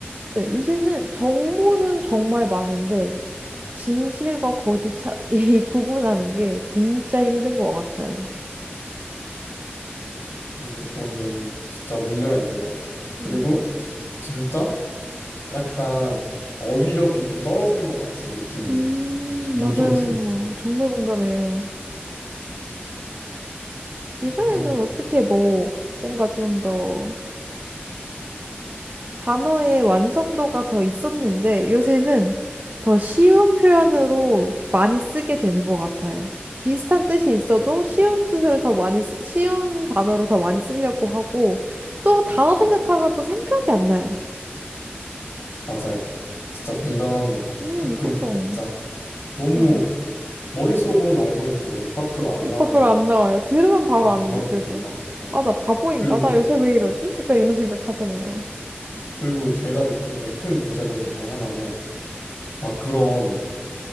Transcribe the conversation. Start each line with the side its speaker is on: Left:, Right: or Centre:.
Right: 네, 요새는 정보는 정말 많은데 진실과 거짓 차, <laughs> 이 구분하는 게 진짜 힘든 것 같아요.
Left: 음, 이거는 진짜 문제가 있는 것 같아요. 그리고
Right: 음, 그죠.
Left: 진짜? 약간 어휘력이 좀 떨어지는 것 같은 느낌이
Right: 음,
Left: 요즘은
Right: 맞아요.
Left: 좀 드는
Right: 정말 공감해요. 예전에는
Left: 사람이.
Right: 어떻게 뭐 뭔가 좀더 단어의 완성도가 더 있었는데 요새는 더 쉬운 표현으로 많이 쓰게 되는 것 같아요. 비슷한 뜻이 있어도 쉬운 뜻을 더 많이 쓰, 쉬운 단어로 더 많이 쓰려고 하고 또 단어
Left: 음,
Right: 생각하면 또 생각이 안 나요.
Left: 맞아요. 진짜 공감합니다.
Right: 음,
Left: 가끔
Right: 그죠.
Left: 진짜 너무
Right: 그거
Left: 머릿속으로는 알고 있는데 입 밖으로 안
Right: 입
Left: 나오는
Right: 밖으로 안 나와요. 들으면 바로
Left: 그런
Right: 아는데
Left: 단어들이
Right: 그래서
Left: 너무 많고.
Right: 아, 나 바보인가?
Left: 그리고,
Right: 나 요새 왜 이러지? 약간 이런 생각 하잖아요.
Left: 그리고 제가 느끼는 큰 부작용 중에 하나는 막 그런